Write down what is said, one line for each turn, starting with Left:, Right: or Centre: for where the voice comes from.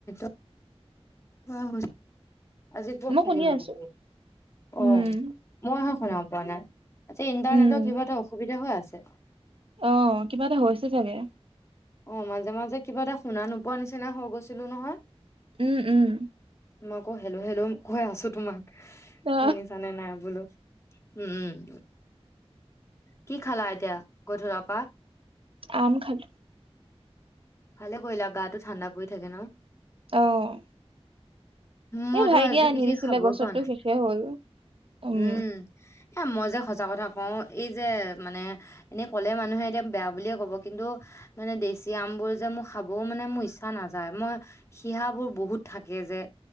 Left: <inaudible> আজিটো
Right: মই
Left: খেলিমেলি
Right: শুনিয়ে আছো
Left: কৰিলে। অ'
Right: উম
Left: মই হে শুনা পোৱা নাই। আজি ইণ্টাৰনেটৰ
Right: উম
Left: কিবা এটা অসুবিধা হৈ আছে। ছে।
Right: অ' কিবা এটা হৈছে চাগে।
Left: অ' মাজে-মাজে কিবা এটা শুনা নোপোৱা নিচিনা হৈ গৈছিলো নহয়।
Right: উম্-উম্।
Left: মই আকৌ হেল্ল'-হেল্ল' কৈ আছো তোমাক।
Right: অ
Left: শুনিছানে নাই বোলো। উম্-উম্। কি খালা এতিয়া? গধূলৰ পৰা
Right: আম খালো।
Left: ভালে কৰিলা গাটো ঠাণ্ডা পৰি থাকে ন?
Right: অ'
Left: মইতো
Right: এই ভাইটিয়ে
Left: আজি
Right: আনি
Left: বিশেষ
Right: দিছিলে
Left: খাবই
Right: গছতো
Left: পৰা নাই।
Right: শেষে হ'ল উম
Left: উম্ এ মই যে সঁচা কথা কওঁ, এই যে মানে এনেই ক'লে মানুহে এতিয়া বেয়া বুলিয়ে ক'ব কিন্তু মানে দেছি আমবোৰ যে মোৰ খাবও‌ঁ মানে মোৰ ইচ্ছা নাযায়। মই শিহাবোৰ বহুত থাকে যে।